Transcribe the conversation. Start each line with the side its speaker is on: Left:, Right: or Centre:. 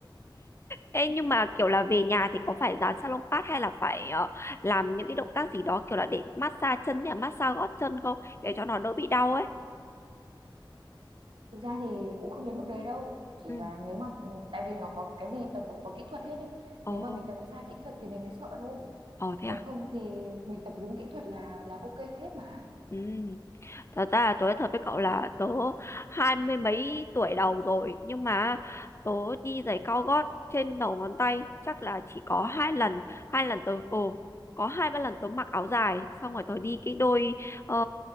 Left: Ê nhưng mà kiểu là về nhà thì có phải dán salon pad hay là phải ờ, làm những cái động tác gì đó kiểu là để massage chân hay là massage gót chân không để cho nó đỡ bị đau ấy.
Right: <laughs> thực ra thì cũng không đến mức đấy đâu chỉ
Left: Ừ.
Right: là nếu mà ừ, tại vì nó có cái gì tập cũng có kỹ thuật hết ấy
Left: Ồ,
Right: nếu mà mình tập sai kỹ thuật thì mình mới sợ thôi
Left: ồ thế
Right: còn
Left: à?
Right: không thì mình tập đúng kỹ thuật là là ok hết mà
Left: Ừ. Thật ra là tớ nói thật với cậu là tớ hai mươi mấy tuổi đầu rồi nhưng mà tớ đi giày cao gót trên đầu ngón tay chắc là chỉ có hai lần hai lần tớ ồ có hai ba lần tớ mặc áo dài xong rồi tớ đi cái đôi uh,